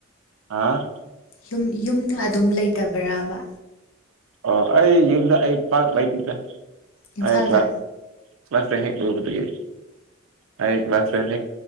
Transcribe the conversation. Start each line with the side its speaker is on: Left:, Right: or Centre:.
Right: ꯑꯥ
Left: ꯌꯨꯝ-ꯌꯨꯝꯗ ꯑꯗꯨꯝ ꯂꯩꯇꯕ꯭ꯔꯕ
Right: ꯑꯣ ꯑꯩ ꯌꯨꯝꯗ ꯑꯩ ꯄꯥꯛ ꯂꯩꯇꯦꯗ
Left: ꯏꯝꯐꯥꯜꯗ
Right: ꯑꯩ ꯀ꯭ꯂꯥꯁ ꯀ꯭ꯂꯥꯁ ꯇꯦꯟ ꯍꯦꯛ ꯂꯣꯎꯕꯇꯒꯤ ꯑꯩ ꯀ꯭ꯂꯥꯁ ꯇꯦꯟ ꯍꯦꯛ